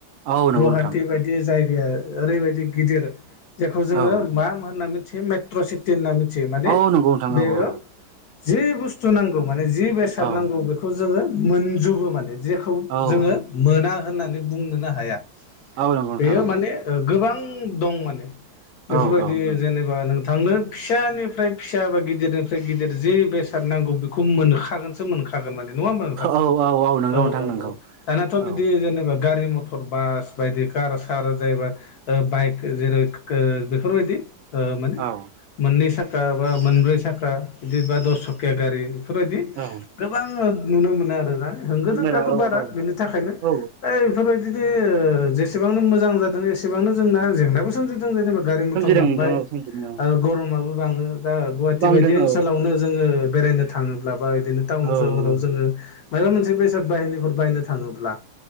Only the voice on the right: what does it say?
औ नंगौ
नोंथां
औ
औ नंगौ नोंथां
औ औ
औ
औ
औ नंगौ नोंथां
औ
औ औ
औ औ नंगौ
नोंथां नंगौ
औ
औ
औ औ
मोना औ
औ
औ
सोमजिदों
नोंथां औ सोमजिदों औ
बांदों
औ
औ औ